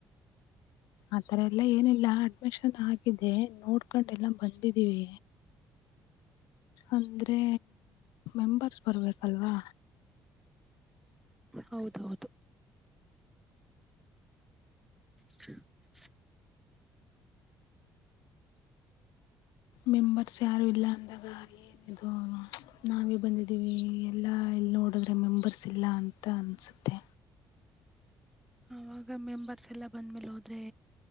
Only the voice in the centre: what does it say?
ಹೌದೌದು ಹ
ಅವಾಗ ಮೆಂಬತ್ ಸ್ ಎಲ್ಲಾ ಬಂದ್ಮೇಲೆ ಹೋದ್ರೆ